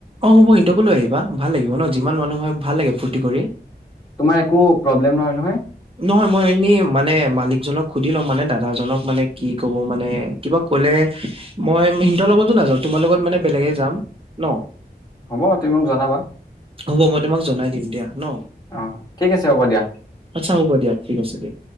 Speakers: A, on the right (about 30°); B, on the left (about 25°).
A: অ, হ'ব সিহতকো লৈ আহিবা ভাল লাগিব ন, যিমান মানুহ হয় ভাল লাগে, ফূৰ্তি কৰি
B: তোমাৰ একো প্ৰব্লেম নহয়, নহয়?
A: নহয় মই এনেই মানে মালিক জনক সুধি লম মানে দাদাজনক মানে কি ক'ব মানে কিবা কলে মই সিহঁতৰ লগতো নাযাওঁ তোমাৰ লগত মানে বেলেগে যাম ন?
B: হ'ব তুমি মোক জনাবা।
A: হ'ব মই তোমাক জনাই দিম দিয়া। ন,
B: অ' ঠিক আছে হ'ব দিয়া।
A: আচ্ছা হ'ব দিয়া ঠিক আছে দিয়া।